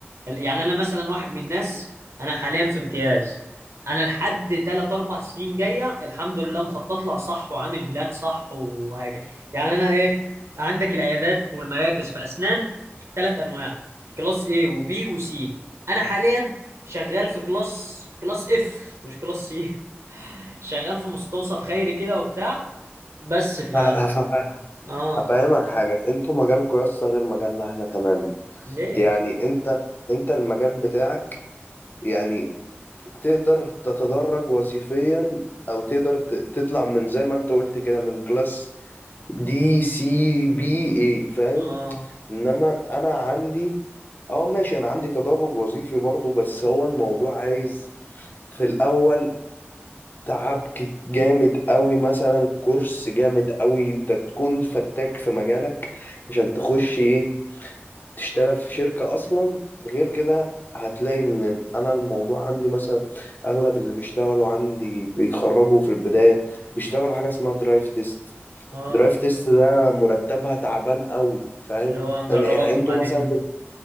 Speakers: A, on the right (about 80°); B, on the left (about 45°).
A: ال- يعني انا مثلا واحد من الناس انا حاليا في امتياز انا لحد 3 4 سنين جايه الحمد لله مخطط لها صح وعامل بلان صح وهكذا يعني انا ايه عندك العيادات والمراكز في اسنان ثلاث انواع كلاس A وبي وسي انا حاليا شغال في كلاس كلاس اف مش كلاس سي <laughs> شغال في مستوصف خيري كده وبتاع بس ف
B: ه- هف-
A: اه
B: هفهمك حاجة انتوا مجالكوا يسطا غير مجالنا احنا تماما
A: ليه
B: يعني انت انت المجال بتاعك يعني تقدر تتدرج وظيفيا او تقدر ت- تطلع من زي ما انت قلت كده من كلاس دي سي بي اي فاهم
A: اه
B: انما انا عندي اه ماشي انا عندي تدرج وظيفي برضو بس هو الموضوع عايز في الاول تعب كت- جامد قوي مثلا كورس جامد قوي انت تكون فتاك في مجالك عشان تخش ايه تشتغل في شركة اصلا غير كده هتلاقي ان انا الموضوع عندي مثلا اغلب اللي بيشتغلوا عندي بيتخرجوا في البداية بيشتغلوا حاجة اسمها درايف تيست
A: اه
B: درايف
A: فاهم
B: تيست ده مرتبها تعبان قوي فاهم
A: اللي هو هنجربك
B: يعني يعني انتوا
A: وبعدين
B: مثلا بت...